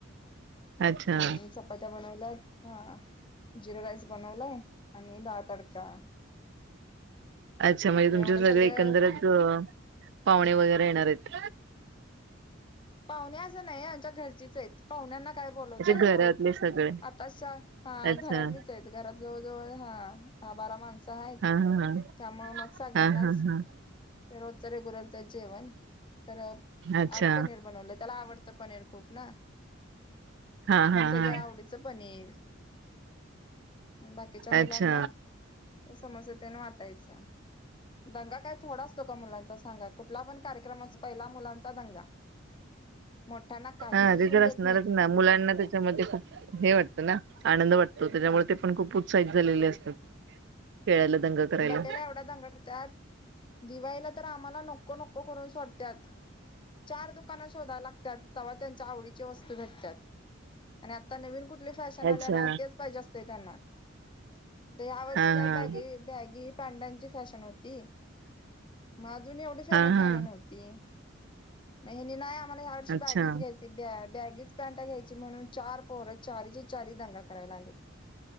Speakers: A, on the right; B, on the left.
A: अच्छा
B: आणि चपात्या बनवल्यात हा जिरा राईस बनवलाय, आणि दाळ तडका
A: अच्छा म्हणजे तुमचे
B: एवढं
A: सगळे
B: सगळं
A: एकंदरच, पाहुणे वगैरे येणार आहेत.
B: पाहुणे असं नाही आमच्या घरचीच आहेत, पाहुण्यांना काय बोलावताय
A: अच्छा घरातले
B: अहो
A: सगळे
B: आताशा हा
A: अच्छा
B: घरातलीच आहेत, घरातली जवळ जवळ हा दहा बारा माणसं स आहेत
A: हा हा
B: त्यामुळे मग सगळ्यांनाच
A: हा हा हा हा
B: रोजचं रेग्युलरचंच जेवण, तर अ
A: अच्छा
B: आज पनीर बनवलं त्याला आवडत त पनीर खूप ना,
A: हा
B: म्हणून
A: हा
B: त्याच्या
A: हा
B: आवडीचं पनीर. आणि बाकीच्या मुलांना,
A: अच्छा
B: समोसं तेन वाटायचं. दंगा काय थोडा असतो का मुलांचा सांगा? कुठला पण कार्यक्रम असो पहिला मुलांचा दंगा. मोठ्यांना काही
A: हा
B: सुचवून
A: ते तर
B: देत
A: असणारच
B: नाहीत
A: ना मुलांना त्याच्यामध्ये खूप हे वाटतं ना आनंद वाटतो त्याच्यामुळे ते पण खूप उत्साहित झालेले असतात. खेळायला दंग करायला
B: बड्डेला एवढा दंगा‌ करत्यात, दिवाळीला तर आम्हाला नको नको करून सोडत्यात. चार दुकानं शोधाय लागत्यात, तेव्हा त्यांच्या आवडीची वस्तू भेटत्यात आणि आता नवीन कुठली फॅशन
A: अच्छा
B: आल्या ना तेच पाहिजे असतय त्यांना आता या वर्षी
A: हा
B: काय
A: हा
B: बॅगी जीन् पॅन्टाची फॅशन होती मग अजून एवढी फेमस
A: हा
B: झाली
A: हा
B: नव्हती हेनी नाय आम्हाला या वर्षी
A: अच्छा
B: बॅगीच घ्यायची बॅगीच पॅन्टा घ्यायची म्हणून चार पोरं चारीच्या चारी दंगा कराय लागली...